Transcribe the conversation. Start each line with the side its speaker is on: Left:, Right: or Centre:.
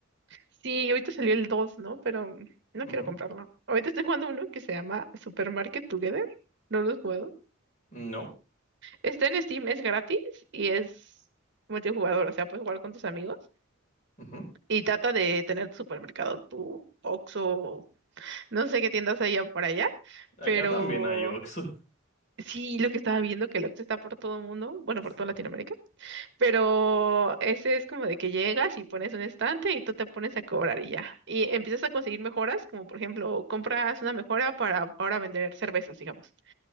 Right: Sí, y ahorita salió el 2, ¿no? Pero mm, no
Left: Ujú.
Right: quiero comprarlo. Ahorita estoy jugando uno que se llama Supermarket Together. No los puedo.
Left: No,
Right: Está en Steam, es gratis y es multijugador, o sea, puedes jugar con tus amigos.
Left: ujú.
Right: Y trata de tener tu supermercado, tu Oxxo, no sé qué tiendas haya por allá,
Left: Acá
Right: pero
Left: también hay Oxxo.
Right: sí, lo que estaba viendo que el Oxxo está por todo el mundo, bueno,
Left: <laughs>
Right: por toda Latinoamérica, pero ese es como de que llegas y pones un estante y tú te pones a cobrar y ya. Y empiezas a conseguir mejoras, como por ejemplo, compras una mejora para ahora vender cervezas, digamos.